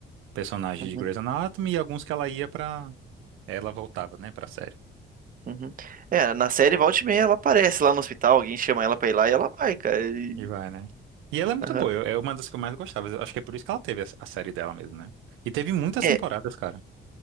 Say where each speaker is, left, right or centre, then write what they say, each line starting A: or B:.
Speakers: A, on the right; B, on the right.
A: personagens
B: uhum,
A: de Grey's Anatomy e alguns que ela ia pra... Ela voltava, né, pra série.
B: uhum. É, na série volta e meia ela aparece lá no hospital, alguém chama ela pra ir lá e ela vai, cara. e-
A: E vai, né? E ela é muito
B: aham.
A: boa, eu- é uma das que eu mais gostava. Eu acho que é por isso que ela teve a a série dela mesmo, né? E teve muitas
B: É,
A: temporadas, cara.